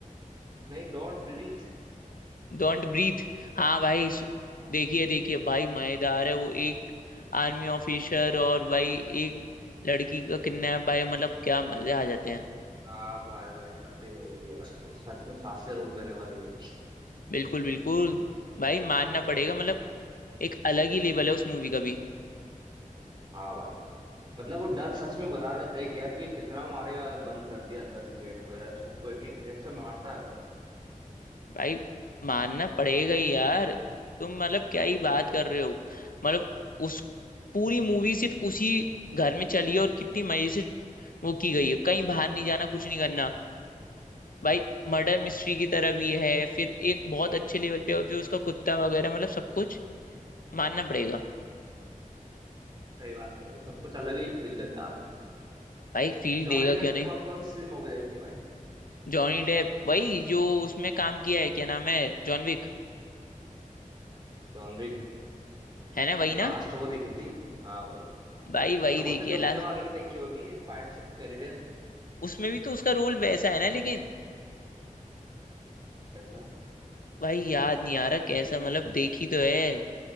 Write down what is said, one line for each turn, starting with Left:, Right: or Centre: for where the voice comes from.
Right: नहीं डोंट ब्रीथ
Left: Don't breathe हाँ भाई सु-
Right: हाँ
Left: देखिए देखिए भाई मजेदार है वो एक आर्मी ऑफिसर और भाई एक लड़की का किडनैप भाई मतलब क्या मजे आ जाते हैं
Right: हाँ भाई भाई कर्री मूवी है भाई वो सच में सांसें रोक देने वाली मूवी
Left: बिल्कुल बिल्कुल भाई मानना पड़ेगा मतलब एक अलग ही लेवल है उस मूवी का भी
Right: हाँ भाई मतलब वो डर सच में बता देते हैं कि यार ये कितना मारेगा अगर बंद कर लिया अंदर से गेट वगैरह तो सबको एक एक जैसे मारता है वो
Left: भाई मानना पड़ेगा ही यार तुम मतलब क्या ही बात कर रहे हो मतलब उस पूरी मूवी सिर्फ उसी घर में चली है और कितनी मजे से वो की गई है कहीं बाहर नहीं जाना कुछ नहीं करना भाई मर्डर मिस्ट्री की तरह भी है फिर एक बहुत अच्छे लेवल पे और फिर उसका कुत्ता वगैरह मतलब सब कुछ मानना पड़ेगा
Right: सही बात है भाई सब कुछ अलग ही फील देता है भाई।
Left: भाई फील
Right: जॉनी
Left: देगा
Right: डेप
Left: क्यों नहीं
Right: के कौन कौन सी मूवी देखी भाई
Left: जॉनी डेप वही जो उसमें काम किया है क्या नाम है जॉन विक
Right: John Wick
Left: है ना वही
Right: लास्ट
Left: ना
Right: वो देखी थी हाँ भाई
Left: भाई वही
Right: समुद्री
Left: देखिए
Right: लुटेरे
Left: लास्ट
Right: वाले भी देखी होगी पाइरेट्स ऑफ कैरिबियन
Left: उसमें भी तो उसका रोल वैसा है ना लेकिन
Right: जैसा
Left: भाई याद नहीं आ रहा कैसा मतलब देखी तो है